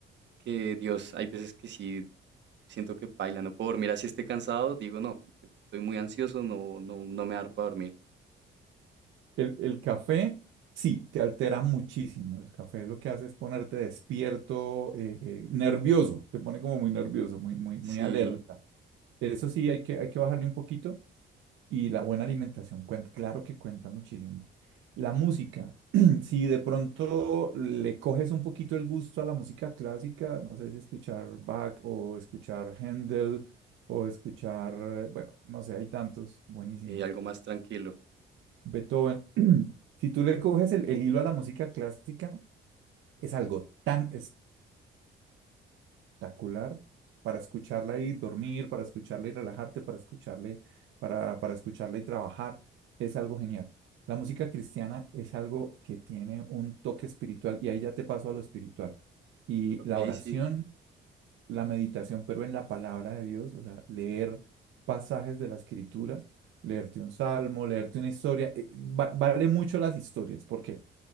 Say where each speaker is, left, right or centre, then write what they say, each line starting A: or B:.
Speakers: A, on the right; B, on the right.
A: que Dios, hay veces que sí siento que paila, no puedo dormir así esté cansado, digo no, estoy muy ansioso, no, no, no me da para dormir.
B: El, el café, sí, te altera muchísimo. El café lo que hace es ponerte despierto, eh, eh, nervioso, te pone como muy nervioso, muy, muy,
A: Sí,
B: muy alerta. Eso sí, hay que, hay que bajarle un poquito. Y la buena alimentación cuenta, claro que cuenta muchísimo. La música, <clears throat> si de pronto le coges un poquito el gusto a la música clásica, no sé si escuchar Bach o escuchar Händel o escuchar, eh, bueno, no sé, hay tantos buenísimos.
A: ok, algo más tranquilo.
B: Beethoven. <clears throat> Si tú le coges el, el hilo a la música clásica, es algo tan espectacular para escucharla y dormir, para escucharla y relajarte, para escucharle, para, para escucharla y trabajar. Es algo genial. La música cristiana es algo que tiene un toque espiritual y ahí ya te paso a lo espiritual. Y
A: Ok,
B: la oración,
A: sí,
B: la meditación, pero en la palabra de Dios, o sea, leer pasajes de la escritura, leerte un salmo, leerte una historia, eh, va- vale mucho las historias. ¿Por qué?